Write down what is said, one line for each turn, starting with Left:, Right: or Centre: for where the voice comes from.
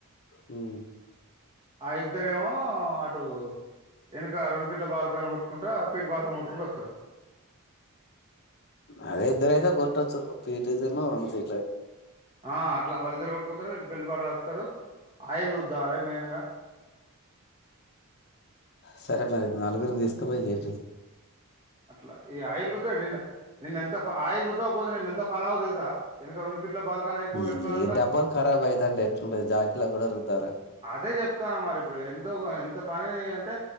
Left: హ్మ్
Right: ఆ ఇ ద్దరేమో అటు వెనక రెండు ఫీట్ల బాల్కాని కొట్టుకుంట ఫీట్ బాల్కాని కొట్టుకుంట వత్తరు
Left: అదే ఇద్దరైతే కొట్టొచ్చు ఫీటిదీను రెండు ఫీట్లది
Right: ఆ అట్ల వాళ్ళిద్దరు కొట్టుకొత్తరు వీళ్ళు బెల్ట్ పట్టలు అతుకుతరు ఆయిల్ రుద్దు లే మెయిన్గా
Left: సరే మరి నలుగురిని తీసుకుపోయి చేపియి
Right: అట్ల ఈ ఆయిల్ రుద్దె నిన్న నిన్న ఎంత ఆయిల్ రుద్దుక పోతె నిన్న ఎంత పనవు తె ల్సా ఎనక రెండు ఫీట్ల బాల్కాన్ అయిపో
Left: ఏందీ
Right: ఎట్నో అట్లా
Left: డబ్బలు ఖరాబ్ అయితంటే ఎట్లుంటది జాకిల కూడ రుద్దాలే
Right: అదే చెప్తాన మరి ఇప్పుడు ఎంతో ఎంత పని అంటే